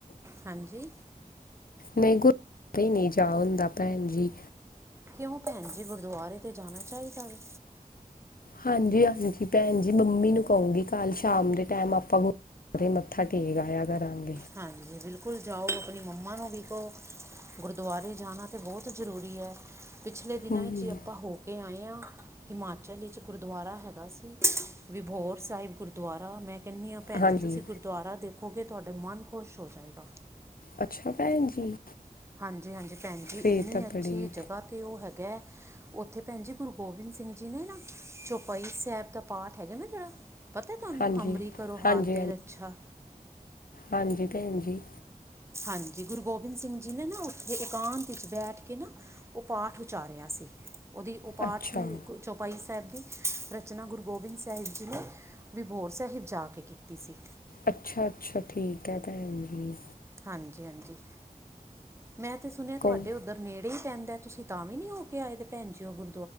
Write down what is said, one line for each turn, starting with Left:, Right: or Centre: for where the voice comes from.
Right: ਹਾਂਜੀ।
Left: ਨਹੀਂ, ਗੁਰ ਨਹੀਂ ਜਾ ਹੁੰਦਾ ਭੈਣ ਜੀ।
Right: ਕਿਉਂ ਭੈਣ ਜੀ ਗੁਰਦੁਆਰੇ ਤੇ ਜਾਣਾ ਚਾਹੀਦਾ ਵੈ।
Left: ਹਾਂਜੀ, ਹਾਂਜੀ। ਭੈਣ ਜੀ ਮੰਮੀ ਨੂੰ ਕਹੂੰਗੀ ਕੱਲ ਸ਼ਾਮ ਦੇ ਟੈਮ ਆਪਾਂ ਗੁਰੂਦੁਆਰੇ ਮੱਥਾ ਟੇਕ ਆਇਆ ਘਰਾਂ ਨੂੰ।
Right: ਹਾਂਜੀ। ਬਿਲਕੁਲ ਜਾਓ ਆਪਣੀ ਮੰਮਾ ਨੂੰ ਕਹੋ। ਗੁਰਦੁਆਰੇ ਜਾਣਾ ਤਾਂ ਬਹੁਤ ਜ਼ਰੂਰੀ ਹੈ। ਪਿਛਲੇ ਦਿਨਾਂ
Left: ਹਮ,
Right: ਵਿੱਚ ਬੰਗਾਲ ਹੀ ਆਪਾਂ ਹੋ ਕੇ ਆਏ ਹਾਂ। ਹਿਮਾਚਲ ਵਿੱਚ ਗੁਰਦੁਆਰਾ ਹੈਗਾ ਸੀ। ਵਿਭੋਰ ਸਾਹਿਬ ਗੁਰਦੁਆਰਾ। ਮੈਂ ਕਹਿੰਦੇ ਹਾਂ ਭੈਣ
Left: ਹਾਂਜੀ
Right: ਜੀ ਤੁਸੀਂ ਗੁਰਦੁਆਰਾ ਦੇਖੋ। ਤੁਹਾਡੇ ਮਨ ਖੁਸ਼ ਹੋ ਜਾਏਗਾ।
Left: ਅੱਛਾ ਭੈਣ ਜੀ
Right: ਹਾਂਜੀ, ਹਾਂਜੀ ਭੈਣ ਜੀ। ਇੰਨੀ
Left: ਫੇਰ ਤਾਂ
Right: ਅੱਛੀ
Left: ਬੜੀ
Right: ਜਗ੍ਹਾ ਤੇ ਉਹ ਹੈਗਾ ਹੈ। ਉੱਥੇ ਭੈਣ ਜੀ ਗੁਰੂ ਗੋਬਿੰਦ ਸਿੰਘ ਜੀ ਨੇ ਨਾ ਚੋਪਈ ਸਾਹਿਬ ਦਾ ਪਾਠ ਹੈਗਾ ਨਾ ਜਿਹੜਾ। ਪਤਾ ਤੁਹਾਨੂੰ
Left: ਹਾਂਜੀ
Right: ਹਮਰੀ ਕਰੋ
Left: ਹਾਂਜੀ
Right: ਹਾਥ ਦੇ
Left: ਹਾਂਜੀ,
Right: ਰੱਛਾ।
Left: ਹਾਂਜੀ, ਭੈਣ ਜੀ।
Right: ਹਾਂਜੀ, ਗੁਰੂ ਗੋਬਿੰਦ ਸਿੰਘ ਜੀ ਨੇ ਨਾ ਉਥੇ ਏਕਾਂਤ ਵਿੱਚ ਬੈਠ ਕੇ ਨਾ ਉਹ ਪਾਠ ਵਿਚਾਰਿਆ ਸੀ। ਉਹਦੀ ਪਾਠ
Left: ਅੱਛਾ
Right: ਦੀ ਚੌਪਾਈ ਸਾਹਿਬ ਦੀ ਰਚਨਾ ਗੁਰੂ ਗੋਬਿੰਦ ਸਾਹਿਬ ਜੀ ਨੇ ਵਿਭੋਰ ਸਾਹਿਬ ਜਾ ਕੇ ਕੀਤੀ ਸੀ।
Left: ਅੱਛਾ, ਅੱਛਾ। ਠੀਕ ਆ ਭੈਣ ਜੀ।
Right: ਹਾਂਜੀ, ਹਾਂਜੀ। ਮੈਂ ਤੇ ਸੁਣਿਆ ਤੁਹਾਡੇ
Left: ਕੋਈ
Right: ਉੱਧਰ ਨੇੜੇ ਈ ਪੈਂਦਾ। ਤੁਸੀਂ ਤਾਂ ਵੀ ਨੀ ਹੋ ਕੇ ਆਏ ਦੇ ਭੈਣ ਜੀ ਉਹ ਗੁਰੂ